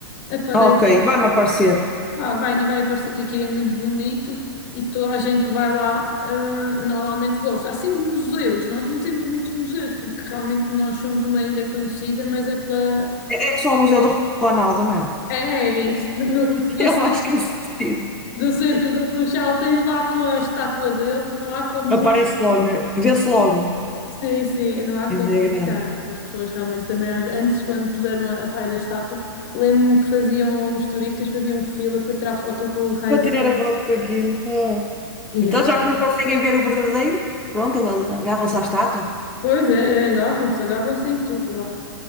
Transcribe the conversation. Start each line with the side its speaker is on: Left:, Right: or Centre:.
Left: aparece.
Centre: Ok, vai-me aparecer.
Left: Pá, vai e vai aparecer de aquilo é muito bonito e toda a gente que vai lá ah, normalmente gosta. Assim de museus, nós não temos muitos museus porque realmente nós somos uma ilha conhecida, mas é pela.
Centre: É só o Museu do Ronaldo, não é?
Left: É isso, no,
Centre: <laughs>
Left: no
Centre: Eu
Left: ce-
Centre: acho que necessito.
Left: do centro do Funchal tens lá com a estátua dele, não há como.
Centre: Aparece logo, né? Vê-se logo.
Left: Sim, sim, não há como
Centre: Ainda é grande.
Left: falhar. As pessoas realmente também, às- antes, quando puseram a- o raio da estátua, lembro-me que faziam, os turistas faziam fila para tirar foto com o raio
Centre: Vou
Left: do.
Centre: tirar a foto com aquilo. Oh.
Left: Yeah.
Centre: Então, já que não conseguem ver o verdadeiro, pronto, agarram-se à estátua.
Left: Pois é, é, agarram-se, agarram-se em tudo lá.